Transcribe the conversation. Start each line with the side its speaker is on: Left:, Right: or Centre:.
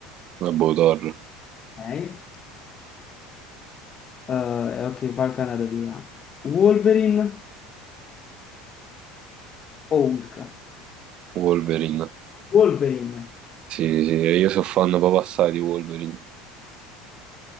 Right: Vabbè, Thor.
Left: Ok. Eh, e Occhio di Falco è andato via. Wolverine o Hulk?
Right: Wolverine.
Left: Wolverine.
Right: Sì, sì, io sono fan proprio assai di Wolverine,